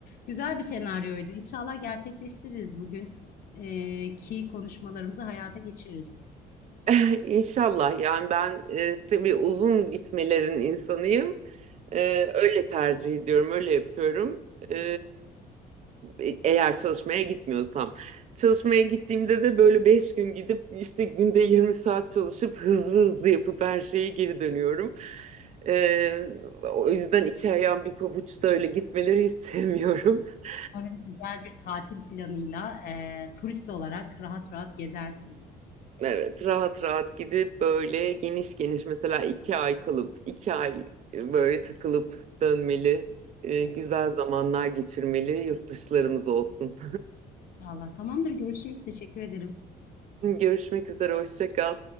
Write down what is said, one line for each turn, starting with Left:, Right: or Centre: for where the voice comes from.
Left: Güzel bir senaryoydu. İnşallah gerçekleştiririz bugün e, ki konuşmalarımızı hayata geçiririz.
Right: <laughs> İnşallah yani ben e, tabii uzun gitmelerin insanıyım. E, öyle tercih ediyorum, öyle yapıyorum. E, e, eğer çalışmaya gitmiyorsam. Çalışmaya gittiğimde de böyle 5 gün gidip işte günde 20 saat çalışıp hızlı hızlı yapıp her şeyi geri dönüyorum. Ee, o yüzden iki ayağım bir pabuçta öyle gitmeleri istemiyorum. <laughs>
Left: Umarım güzel bir tatil planıyla e, turist olarak rahat rahat gezersin.
Right: Evet, rahat rahat gidip böyle geniş geniş mesela iki ay kalıp iki ay böyle takılıp dönmeli, e,
Left: Evet,
Right: güzel zamanlar geçirmeli yurt dışlarımız olsun.
Left: inşallah. Tamamdır, görüşürüz. Teşekkür ederim.
Right: <laughs> Görüşmek üzere, hoşça kal.